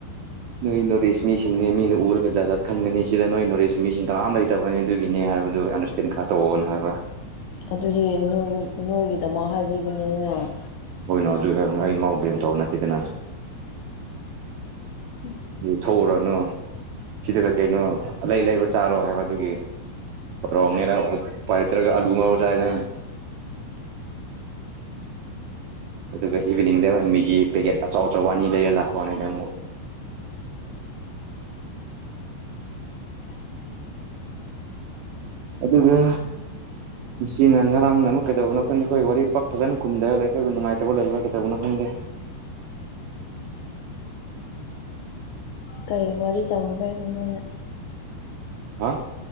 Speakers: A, on the right; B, on the left.
A: ꯅꯣꯏ ꯅꯣꯠ ꯢꯁ ꯃꯤꯁꯤꯡꯅꯦ ꯃꯤꯅ ꯎꯔꯒ ꯖꯠ ꯖꯠ ꯈꯟꯒꯅꯤ ꯁꯤꯗ ꯅꯣꯏ ꯅꯣꯠ ꯢꯁ ꯃꯤꯁꯤꯡ ꯀꯅꯥꯥꯝ ꯂꯩꯇꯕꯅꯤ ꯑꯗꯨꯒꯤꯅꯦ ꯍꯥꯏꯕꯗꯨ ꯑ <unintelligible> ꯈꯔ ꯇꯧꯑꯣꯅ ꯍꯥꯏꯕ
B: ꯑꯗꯨꯗꯤ ꯅꯣꯏ ꯅꯣꯏꯒꯤꯗꯃꯛ ꯍꯥꯏꯕꯤꯕꯅꯤ ꯅꯥꯏ
A: ꯍꯣꯏꯅꯣ ꯑꯗꯨꯏ ꯍꯥꯏꯕꯅꯤ ꯑꯩ ꯃꯥꯎ ꯕ꯭ꯂꯦꯝ ꯇꯧꯕ ꯅꯠꯇꯦꯗꯅ
B: ꯎꯝ
A: ꯊꯣꯛꯎꯔꯅꯨ ꯁꯤꯗ ꯀꯩ ꯀꯩꯅꯣ ꯂꯩ ꯂꯩꯕ ꯆꯥꯔꯣ ꯍꯥꯏꯕ ꯑꯗꯨꯒꯤ ꯔꯣꯡꯅ ꯎꯄꯥꯢ ꯂꯩꯇ꯭ꯔꯒ ꯑꯂꯨ ꯉꯥꯎꯔ ꯆꯥꯢꯅ ꯑꯗꯨꯒ ꯏꯚꯤꯅꯤꯡꯗ ꯃꯤꯒꯤ ꯄꯦꯀꯦꯠ ꯑꯆꯥꯎ ꯑꯆꯥꯎ ꯋꯥꯅꯤ ꯂꯩꯔ ꯂꯥꯛꯄꯩ ꯋꯥꯅꯤꯗ ꯑꯃꯨꯛ
B: ꯌꯥꯝ <unintelligible>
A: ꯑꯗꯨꯒ ꯃꯁꯤꯅ ꯉꯔꯥꯡꯅ ꯑꯃꯨꯛ ꯀꯩꯗꯧꯕꯅꯣ ꯈꯪꯗꯦ ꯑꯩꯈꯣꯏ ꯋꯥꯔꯤ ꯄꯥꯛ ꯐꯖꯅ ꯈꯨꯝꯊꯔꯒ ꯑꯩꯈꯣꯏꯕꯨ ꯅꯨꯡꯉꯥꯏꯇꯕ ꯂꯩꯕꯥ ꯀꯩꯗꯧꯕꯅꯣ ꯈꯪꯗꯦ
B: ꯀꯩ ꯋꯥꯔꯤ ꯇꯧꯔꯨꯕꯩꯅꯣ ꯅꯣꯏꯅ
A: ꯍꯥ